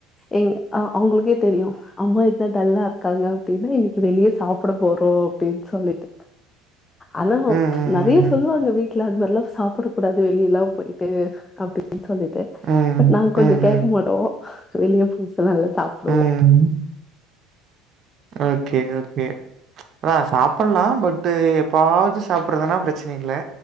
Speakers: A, on the left; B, on the right.
A: எங் அ அவுங்களுக்கே தெரியு அம்மா இப்ப டல்லா இருக்காங்க அப்டின்னா இன்னக்கி வெளிய சாப்புட போறோ அப்டின்னு சொல்லிட்டு ஆனா
B: ம். ம்.
A: நெறைய சொல்லுவாங்க வீட் ல அது மாரிலா சாப்டக் கூடாது வெளியலா போயிட்டு அப்டின் சொல்லிட்டு
B: ம். ம்.
A: பட் நாங்க
B: ம்.
A: கொஞ்சோ
B: ம்.
A: கேட்க
B: ம்.
A: மாட்டோ வெளிய புதுசா நல்லா சாப்டுவோ
B: ம். ஓகே ஓகே அதா சாப்டலா பட் எப்பாவது சா போனா பிரச்சன இல்லை